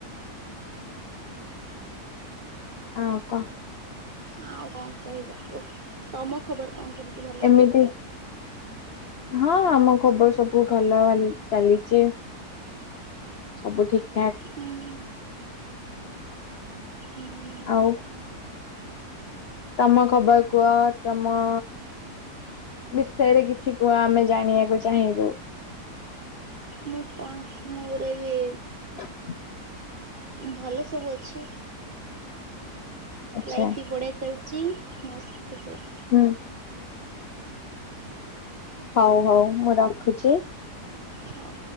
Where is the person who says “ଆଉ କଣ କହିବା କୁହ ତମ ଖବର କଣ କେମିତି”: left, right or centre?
Right